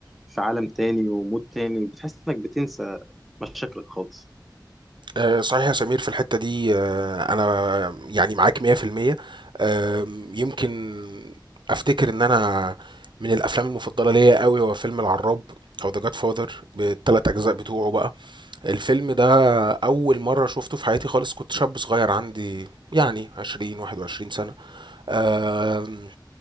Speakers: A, in the centre; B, on the right (about 80°).
A: في عالم تاني ومود تاني بتحس انك بتنسى مشاكلك خالص
B: آه، صحيح يا سمير في الحتة دي آه، أنا يعني معاك 100% آم، يمكن أفتكر إن أنا من الأفلام المفضلة ليا قوي هو فيلم العراب أو ذا جاد فاذر بالتلات أجزاء بتوعه بقى الفيلم ده أول مرة شفته في حياتي خالص كنت شاب صغير عندي يعني 20 21 سنة آم،